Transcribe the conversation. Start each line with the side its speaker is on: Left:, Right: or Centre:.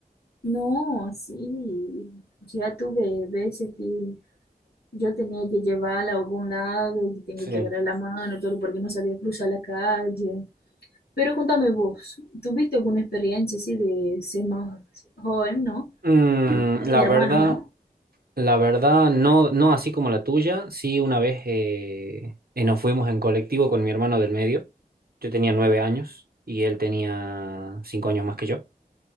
Left: No, sí, ya tuve veces que Yo tenía que llevarla a algún lado y tengo
Right: sí.
Left: que agarrar la mano, todo porque no sabía cruzar la calle. Pero contame vos, ¿tuviste alguna experiencia así de ser más joven, ¿no?
Right: Mm,
Left: Y tienes
Right: la verdad.
Left: hermanos, ¿no?
Right: La verdad, no, no así como la tuya. Sí, una vez eh, eh, nos fuimos en colectivo con mi hermano del medio. Yo tenía nueve años y él tenía cinco años más que yo.